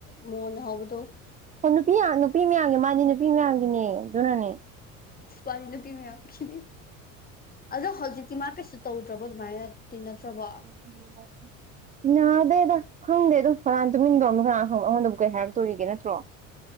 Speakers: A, on the left; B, on the right.
A: ꯃꯣꯟꯅ ꯍꯧꯕꯗꯣ
B: ꯑꯣ ꯅꯨꯄꯤ ꯅꯨꯄꯤ ꯃꯌꯥꯝꯒꯤ ꯃꯥꯗꯤ ꯅꯨꯄꯤ ꯃꯌꯥꯝꯒꯤꯅꯦ ꯑꯗꯨꯅꯅꯦ
A: ꯄꯥꯅꯤ ꯅꯨꯄꯤ ꯃꯌꯥꯝꯒꯤꯅꯤ ꯑꯗꯣ ꯍꯧꯖꯤꯛꯇꯤ ꯃꯥ ꯀꯩꯁꯨ ꯇꯧꯗ꯭ꯔꯕꯣ ꯑꯗꯨꯃꯥꯏꯅ ꯇꯤꯟꯅꯠꯇ꯭ꯔꯕꯣ
B: ꯎꯝ ꯌꯥꯅꯥꯗꯦꯗ ꯈꯪꯗꯦ ꯑꯗꯣ ꯀꯅꯥ ꯇꯨꯃꯤꯟꯅꯗꯣ ꯑꯃ ꯀꯅꯥ ꯈꯪꯕ ꯑꯩꯉꯣꯟꯗꯕꯨ ꯀꯩ ꯍꯥꯏꯔꯛꯇꯣꯔꯤꯒꯦ ꯅꯠꯇ꯭ꯔꯣ